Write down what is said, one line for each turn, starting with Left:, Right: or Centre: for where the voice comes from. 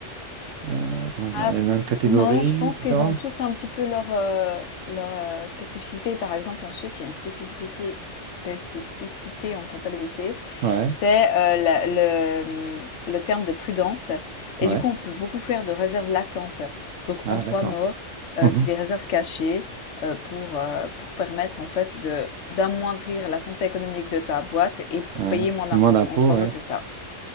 Right: euh, comment dire,
Left: Ah,
Right: les mêmes catégories,
Left: non, je pense
Right: etc.
Left: qu'ils ont tous un petit peu leur, euh, leur euh, spécificité. Par exemple, en Suisse, il y a une spécificité, spécificité en comptabilité,
Right: Ouais,
Left: c'est euh, la- le, hum, le terme de prudence. Et
Right: ouais.
Left: du coup, on peut beaucoup faire de réserves latentes. Donc,
Right: Ah,
Left: en trois
Right: d'accord.
Left: mots, euh,
Right: Mhm.
Left: c'est des réserves cachées euh, pour, euh, pour permettre en fait de d'amoindrir la santé économique de ta boîte et pour
Right: Ouais.
Left: payer moins d'impôts.
Right: Et moins d'impôts,
Left: En trois mots,
Right: ouais.
Left: c'est ça.